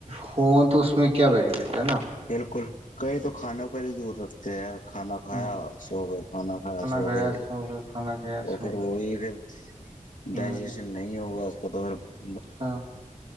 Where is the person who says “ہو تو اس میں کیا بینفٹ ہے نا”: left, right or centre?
Right